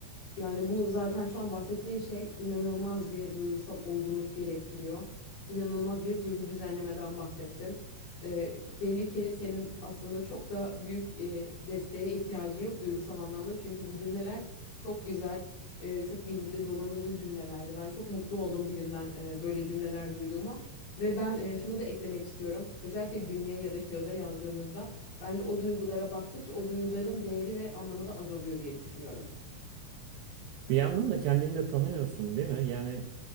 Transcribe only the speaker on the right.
Bir yandan da kendini de tanıyorsun, değil mi? Yani